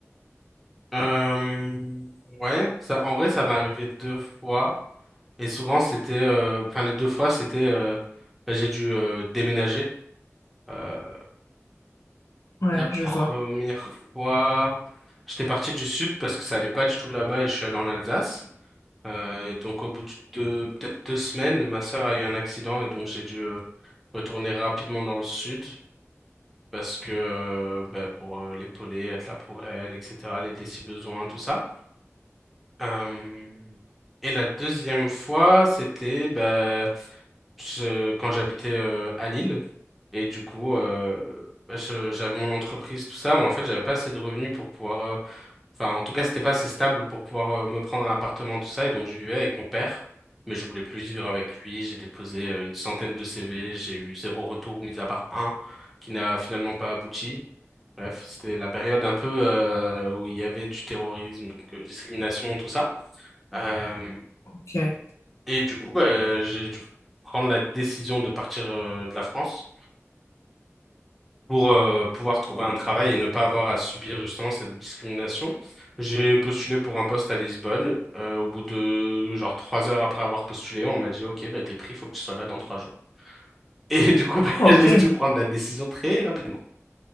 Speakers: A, in the centre; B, on the left (about 75°).
A: Euh, ouais, ça, en vrai, ça m'est arrivé deux fois. Et souvent, c'était, euh, enfin, les deux fois, c'était, euh, bah, j'ai dû euh, déménager. Euh,
B: Ouais,
A: la première
B: je vois.
A: fois, j'étais parti du sud parce que ça allait pas du tout là-bas et je suis allé en Alsace. Euh, et donc, au bout de deux- peut-être deux semaines, ma sœur a eu un accident et donc j'ai dû euh, retourner rapidement dans le sud parce que, euh, bah, pour euh, l'épauler, être là pour elle, etc., l'aider si besoin, tout ça. Euh, et la deuxième fois, c'était bah, je- quand j'habitais euh, à Lille. Et du coup, euh, bah, je- j'avais mon entreprise, tout ça, mais en fait, j'avais pas assez de revenus pour pouvoir. euh, Enfin, en tout cas, c'était pas assez stable pour pouvoir euh, me prendre un appartement, tout ça. Et donc, je vivais avec mon père, mais je voulais plus vivre avec lui. J'ai déposé euh, une centaine de CV, j'ai eu zéro retour, mis à part un qui n'a finalement pas abouti. Bref, c'était la période un peu euh, où il y avait du terrorisme, donc euh, discrimination, tout ça. Euh,
B: Ok.
A: et du coup, bah, j'ai dû prendre la décision de partir euh, de la France pour euh, pouvoir trouver un travail et ne pas avoir à subir justement cette discrimination. J'ai postulé pour un poste à Lisbonne. Euh, au bout de genre trois heures après avoir postulé, on m'a dit, OK, bah, t'es pris, il faut que tu sois là dans trois jours. <laughs> Et du coup, <laughs> bah,
B: Ah,
A: j'ai
B: ok.
A: dû prendre la décision très rapidement.